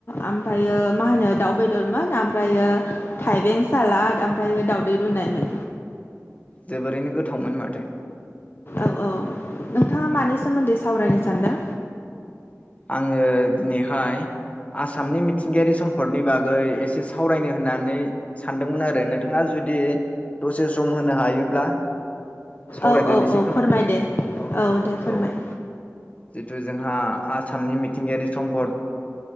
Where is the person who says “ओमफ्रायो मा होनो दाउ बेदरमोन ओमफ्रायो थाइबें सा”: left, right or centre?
Left